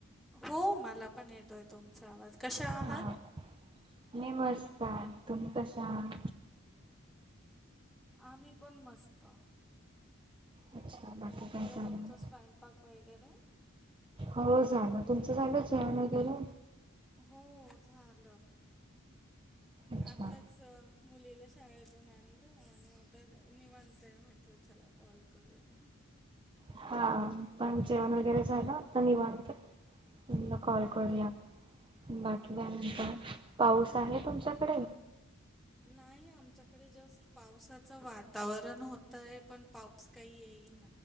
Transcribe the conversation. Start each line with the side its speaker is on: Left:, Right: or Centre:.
Centre: हो मला पण येतोय तुमचा आवाज कशा आहात.
Right: हा मी मस्त तुम्ही कशा आह.
Centre: आम्ही पण मस्त.
Right: अच्छा बाकी काय झालं
Centre: तुमचा स्वयंपाक वगैरे
Right: हो झालं. तुमचं झालं जेवण वगैरे
Centre: हो झालं.
Right: अच्छा.
Centre: आताच मुलीला शाळेतून आणलं आणि आता निवांत म्हटलं चला कॉल करूया.
Right: हा पण जेवण वगैरे झालं आता निवांत न कॉल करूया बाकी ल्यानंतर
Centre: हॅलो
Right: पाऊस आहे तुमच्याकडे.
Centre: नाही आमच्याकडे जस्ट पावसाच वातावरण होतय पण पाऊस काही